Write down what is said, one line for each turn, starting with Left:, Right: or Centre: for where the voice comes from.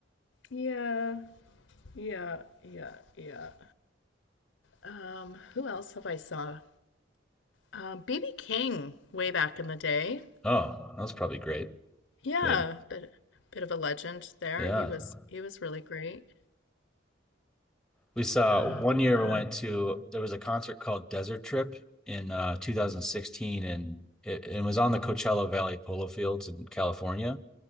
Left: Yeah, yeah, yeah, yeah. Um, who else have I saw? Um, BB King way back in the day.
Centre: Oh, that was probably great.
Left: Yeah,
Centre: I mean,
Left: bit bit of a legend there.
Centre: yeah.
Left: He was he was really great.
Centre: We saw
Left: Yeah.
Centre: one year
Left: Uh,
Centre: we went to, there was a concert called Desert Trip in uh, 2016, and it, it was on the Coachella Valley Polo Fields in California.